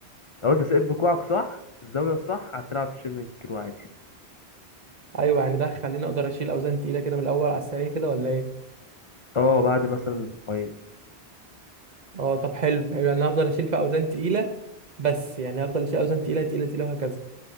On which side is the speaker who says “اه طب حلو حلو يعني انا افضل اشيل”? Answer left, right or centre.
Right